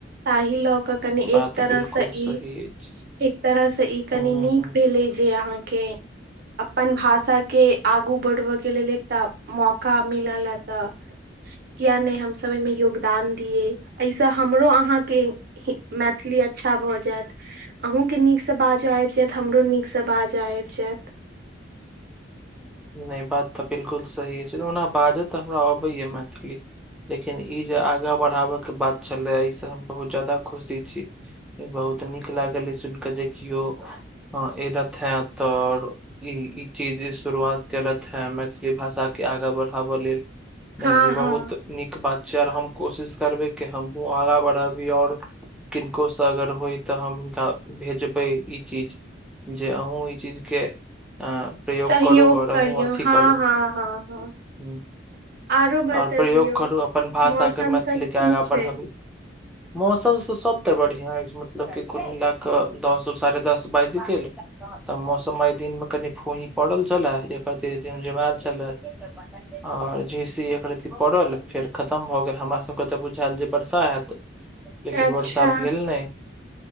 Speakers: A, on the right; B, in the centre.
A: ताहि लऽ कऽ कनि एक
B: बात
A: तरह
B: बिल्कुल
A: से ई
B: सही अछि
A: एक तरह से ई कनि
B: हूं
A: नीक
B: हूं
A: भेलै जे अहाँ के अपन भाषाके आगू बढ़बयके लेल एकटा मौका मिलल तऽ किया नहि हमसभ एहिमे योगदान दियए एहिसँ हमरो अहाँके मैथिली अच्छा भऽ जायत अहूँ के नीकसँ बाजय आबि जायत हमरो नीक से बाजय आबि जायत चेक
B: <inaudible> नहि बात तऽ बिलकुल सही छै ओना बाजऽ तऽ हमरा अबैया मैथिली लेकिन ई जे आगाँ बढ़ाबयके बात छले एहि से हम बहुत जाददा खुशी छी बहुत नीक लागल सुन केे जे कियौ एरथ त ई ई चीज <unintelligible> शुरुआत केलत हे मैथिली भाषा के आगा बढ़ाबऽ लेल न
A: हँ
B: न ई बहुत
A: हँ
B: नीक बात आओर हम कोशिश करबे कि हमहुँ आगा बढ़ाबी आओर किनको से अगर होइ तऽ हम हनका भेजबै ई चीज जे अहूँ ई चीज के अ प्रयोग
A: सहयोग
B: करू करर
A: करियौ
B: हू अ <unintelligible> थथि
A: हँ
B: करू
A: हँ हँ हँ
B: ह
A: आरो बतबियौ
B: आओर प्रयोग करू अपन भाषाकेँ
A: मौसम
B: मैथिलीकेँ
A: सब की
B: आगाँ
A: छै
B: बढ़ाबी मौसम त सब ते बढ़िया अछि मतलब क कुल मिला कऽ दस साढ़े दस बाजि गेल तऽ मौसम एहि दिन मे कनि फूही पड़ल छलए जे कथी जमझुमएल छलै आओर ज एकरती पड़ल फेर खतम भऽ गेल हमरा सबके तऽ बुझायल जे वर्षा होयत लेकिन
A: अच्छा
B: वर्षा भेल नहि ह